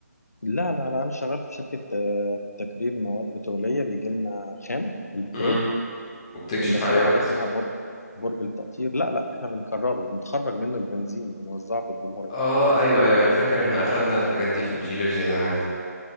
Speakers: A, on the left (about 65°); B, on the left (about 20°).
A: لا لا لا انا شغال في شركه آه، تكرير مواد بتروليه بيجي لنا خام البترول
B: مم. وبتكشف
A: وبندخله
B: عليها
A: حاجه
B: وكده
A: اسمها برج برج التقطير لا لا احنا بنكرره بنخرج منه البنزين بنوزعه في الجمهوريه
B: اه ايوه ايوه انا فاكر احنا اخدنا الحاجات دي في الجيولوجيا زمان